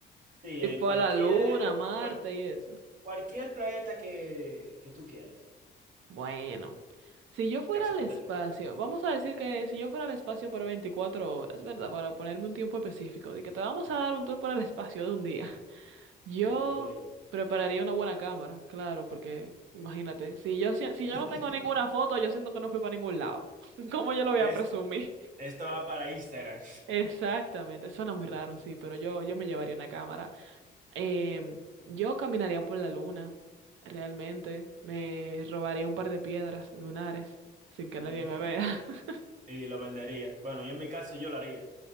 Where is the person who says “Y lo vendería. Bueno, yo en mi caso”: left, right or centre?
Right